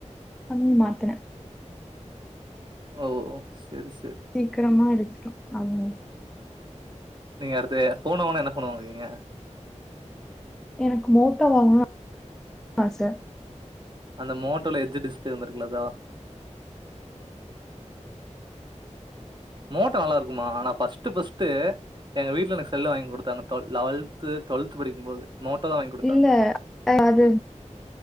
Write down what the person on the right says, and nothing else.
ஓ செரி செரி
நீங்க அடுத்து ஃபோன் வாங்குனா என்ன ஃபோன் வாங்குவீங்க
அந்த மோட்டோல எட்ஜ் டிஸ்பிளே வந்துருக்குல அதா மோட்டோ நல்லாருக்குமா ஆனா ஃபஸ்ட்டு ஃபஸ்ட்டு எங்க வீட்ல எனக்கு செல்லு வாங்கி குடுத்தாங்க டுவ லவல்த்து டுவெல்த் படிக்கும் போது மோட்டோ தா வாங்கி குடுத்தாங்க